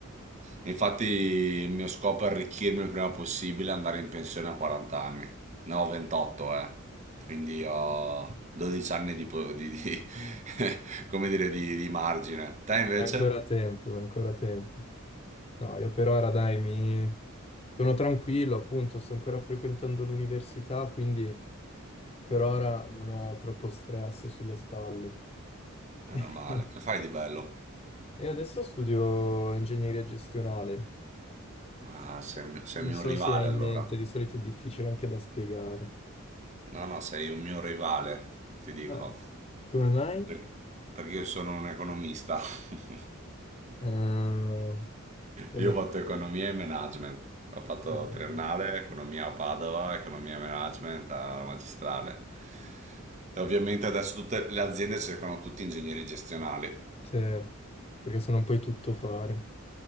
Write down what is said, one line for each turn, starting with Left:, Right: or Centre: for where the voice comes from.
Right: Infatti, il mio scopo è arricchirmi il prima possibile e andare in pensione a 40 anni. Ne ho 28, eh. Quindi ho 12 anni di, po- di- di- <laughs> come dire, di, di margine. Te invece?
Left: È ancora tempo, è ancora tempo. No, io per ora dai, mi... sono tranquillo, appunto, sto ancora frequentando l'università, quindi per ora non ho troppo stress sulle spalle.
Right: Meno
Left: <laughs>
Right: male. Che fai di bello?
Left: E adesso studio ingegneria gestionale.
Right: Ah, sei un mio, sei
Left: Non
Right: un mio
Left: so
Right: rivale
Left: se hai in
Right: allora.
Left: mente, di solito è difficile anche da spiegare.
Right: No, no, sei un mio rivale, ti dico.
Left: Ah, come mai?
Right: Per- Perché io sono un economista. <laughs>
Left: Ehm, quindi,
Right: Io ho fatto economia e management. Ho fatto
Left: ehm,
Right: triennale, economia a Padova, economia e management alla magistrale. E ovviamente adesso tutte le aziende cercano tutti ingegneri gestionali.
Left: cioè, perché sono poi tutto fare.